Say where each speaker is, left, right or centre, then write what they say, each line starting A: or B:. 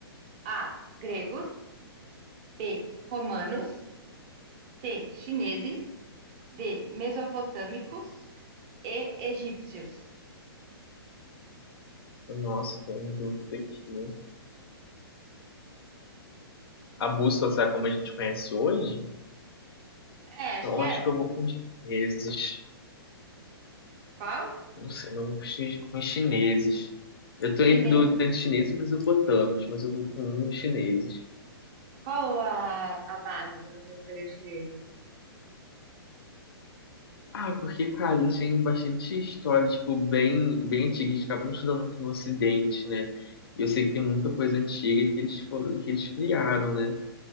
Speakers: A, on the right; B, on the left.
A: A. Gregos. B. Romanos. C. Chineses. D. Mesopotâmicos. E. Egípcios.
B: Nossa, tô em dúvida aqui. A bússola será como a gente conhece hoje?
A: É, acho
B: Então
A: que é.
B: acho que eu vou com os chineses.
A: Qual?
B: Não sei, mas eu vou com os chi- com os chineses. Eu
A: Chineses.
B: tô entre, do, entre chineses e mesopotâmicos, mas eu vou com os chineses.
A: Qual a, a base para você escolher os chineses?
B: Ah, porque, cara, eles têm bastante história, tipo, bem, bem antiga. A gente acaba não estudando muito no Ocidente, né? E eu sei que tem muita coisa antiga que eles foram, que eles criaram, né?